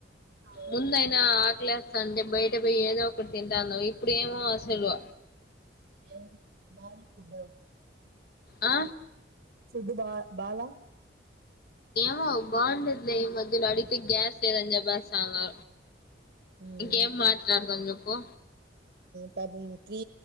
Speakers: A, on the right; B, on the left.
A: ఆ,
B: ముందైనా స్త అంటే బయట పోయి ఏదో ఒకటి తింటాను ఇప్పుడేమో అసలు
A: ఏ బల్ ఫుడ్
B: ఆ
A: ఫుడ్ బా బాల
B: మ బండలే మందు్యలో అడితే గ్యాస్ తేదనీ చెప్పేస్తున్నారు
A: ఉమ్,
B: ఇంకేం మాట్లాడుతాం పో
A: ప త్రీ